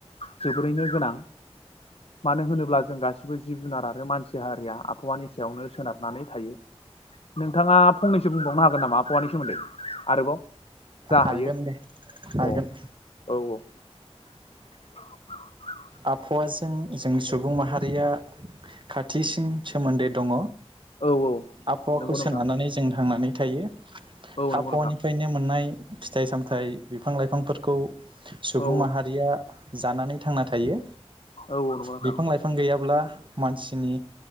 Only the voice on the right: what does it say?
हागोनदे
हागोन
आबहावाजों जों सुबुं माहारिया खाथिसिन सोमोन्दो दङ
आबहावाखौ
सोनारनानै जों थांनानै थायो
आबहावानिफ्रायनो
मोननाय फिथाइ सामथाइ बिफां लाइफांफोरखौ सुबुं
माहारिया जानानै थांना थायो
बिफां लाइफां गैयाब्ला मानसिनि